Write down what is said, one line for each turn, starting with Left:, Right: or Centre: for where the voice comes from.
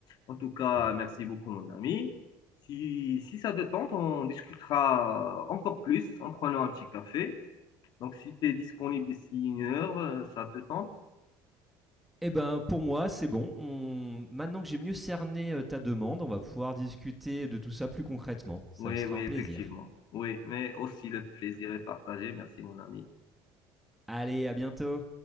Left: En tout cas,
Centre: Oui.
Left: merci beaucoup, mon ami. Si, si ça te tente, on discutera encore plus en prenant un petit café. Donc, si tu es disponible d'ici une heure, euh, ça te tente?
Centre: Eh ben, pour moi, c'est bon. On- Maintenant que j'ai mieux cerné euh, ta demande, on va pouvoir discuter de tout ça plus concrètement. Ça
Left: Oui,
Centre: sera
Left: oui,
Centre: un plaisir.
Left: effectivement. Oui, mais aussi le plaisir est partagé. Merci, mon ami.
Centre: Allez, à bientôt.